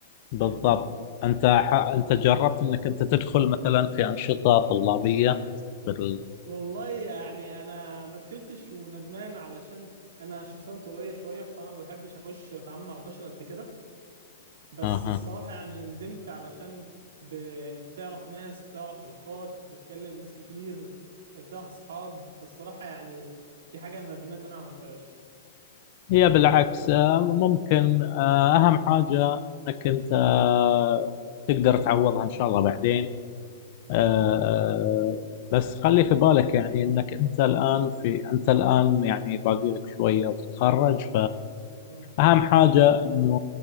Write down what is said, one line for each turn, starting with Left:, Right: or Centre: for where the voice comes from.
Left: بالضبط
Right: فاهمني
Left: أنت ح... أنت جربت إنك أنت تدخل مثلا في أنشطة طلابية بال...
Right: والله يعني انا ما دخلتش وندمان علشان انا شخصيا طويله شويه فانا ما بحبش اخش واتعامل مع البشر قد كده بس
Left: أها
Right: الصراحه يعني ندمت علشان ب... يعني بتعرف ناس بتعرف علاقات بتكلم ناس كتير بتعرف اصحاب فالصراحه يعني دي حاجه انا ندمان ان انا ما عملتهاش
Left: هي بالعكس آه، ممكن آه، أهم حاجة إنك أنت آه، تقدر تعوضها إن شاء الله بعدين آه،
Right: يا رب
Left: بس خلي في بالك يعني انك انت الان في انت الان يعني باقي لك شويه وتتخرج
Right: آه.
Left: فاهم حاجه انه